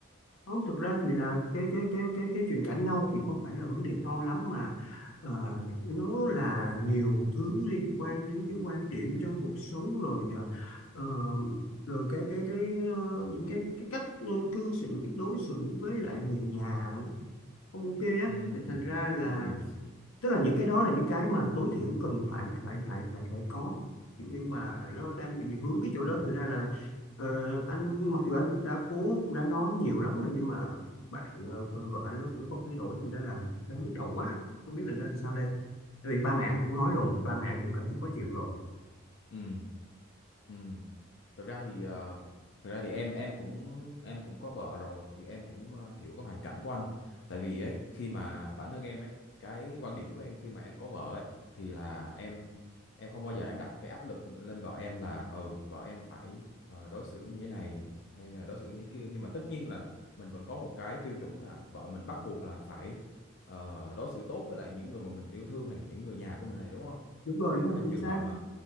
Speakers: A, on the left; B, on the left.
A: không thực ra thì là cái cái cái cái cái chuyện cãi nhau thì không phải là vấn đề to lắm mà ờ, nó là nhiều thứ liên quan đến cái quan điểm trong cuộc sống rồi ờ, ờ, rồi cái cái cái ờ, những cái cái cách ờ, cư xử đối xử với lại người nhà không ok á
B: Ừ,
A: thì thành ra là
B: ừ,
A: tức là những cái đó là những cái mà tối thiểu cần phải phải phải phải phải có nhưng mà nó đang bị vướng cái chỗ
B: ừ,
A: đó thành ra là ờ, anh mặc dù anh cũng đã cố cũng đã nói nhiều lắm rồi nhưng mà bạn ờ, vợ anh nó cũng không thay đổi thành ra là đang nhức đầu quá không biết là nên sao đây Tại vì ba mẹ anh cũng nói rồi
B: ừ,
A: ba mẹ anh cũng cảm thấy khó chịu rồi
B: ừ, ừ. thực ra thì ờ, thực ra thì em em cũng em cũng có vợ rồi thì em cũng ờ, hiểu cái hoàn cảnh của anh tại vì ấy khi mà bản thân em ấy cái quan điểm của em khi mà em có vợ ấy thì là em em không bao giờ em đặt cái áp lực lên vợ em là ừ vợ em phải ờ, đối xử như thế này hay là đối xử như thế kia nhưng mà tất nhiên là mình vẫn có một cái tiêu chuẩn là vợ mình bắt buộc là phải ờ, đối xử tốt với lại những người mà mình yêu thương này những người nhà của mình này đúng không
A: đúng rồi
B: nếu
A: đúng
B: mà
A: rồi
B: trong
A: chính
B: trường
A: xác
B: hợp mà